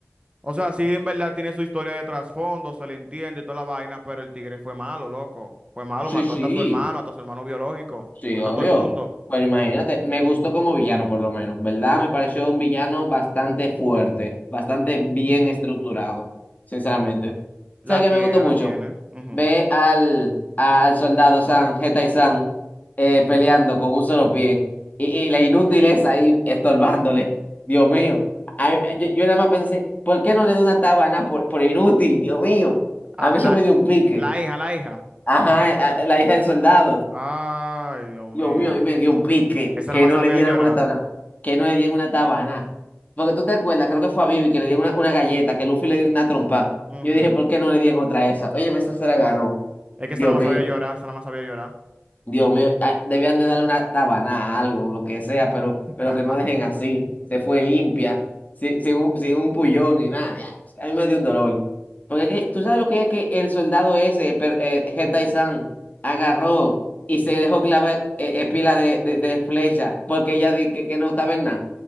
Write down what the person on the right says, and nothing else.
O sea, sí, en verdad tiene su historia de trasfondo, se le entiende y toda la vaina, pero el tigre fue malo, loco. Fue malo,
mató
hasta a su hermano, hasta a su hermano biológico.
Mató
a todo el mundo.
La
tiene,
la tiene. ujú.
Ah,
la,
la hija, la hija.
Ay, Dios mío.
Esa
nada más
sabía
llorar.
Ujú.
Es que
esa nada más
sabía llorar, esa nada más sabía llorar.
<laughs>